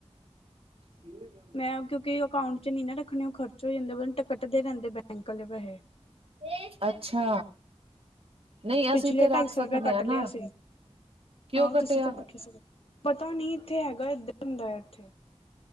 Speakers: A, on the right (about 55°); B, on the left (about 55°).
A: ਠੀਕ ਲਗਿਆ।
B: ਮੈਂ ਕਿਉਂਕਿ ਅਕਾਊਂਟ 'ਚ ਨੀ ਨਾ ਰੱਖਣੇ ਓ ਖਰਚ ਹੋ ਜਾਂਦੇ। ਪਤਾ ਨਹੀ ਕਟਦੇ ਰੇਂਦੇ ਬੈਂਕ ਆਲੇ ਪੈਸੇ।
A: <unintelligible> ਅੱਛਾ। ਨਹੀਂ
B: ਪਿਛਲੇ
A: ਅਸੀਂ ਤੇ ਰੱਖ
B: ਢਾਈ ਸੌ
A: ਸਕਦੇ
B: ਰੁਪਿਆ ਕੱਟ
A: ਹਾਂ ਨਾ
B: ਲਿਆ ਸੀ।
A: ਕਿਉਂ
B: ਹਾਂ
A: ਕਟਿਆ
B: ਤੁਸੀਂ ਤਾਂ ਰੱਖ ਈ ਸਕਦੇ। ਪਤਾ ਨੀ ਏਥੇ ਹੈਗਾ ਏਦਾਂ ਹੁੰਦਾ ਏਥੇ।